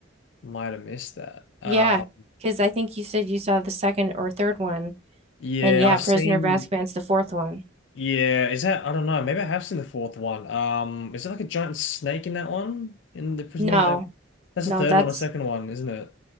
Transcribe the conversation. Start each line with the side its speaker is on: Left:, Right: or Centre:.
Left: might have missed that. Uh,
Right: yeah. Because I think you said you saw the second or third one,
Left: Yeah,
Right: and yeah,
Left: I've
Right: Prisoner
Left: seen.
Right: of Azkaban's the fourth one.
Left: Yeah, is that? I don't know. Maybe I have seen the fourth one. Um, is it like a giant snake in that one? In the Prisoner
Right: No,
Left: of... That's
Right: no,
Left: the third
Right: that's
Left: one or second one, isn't it?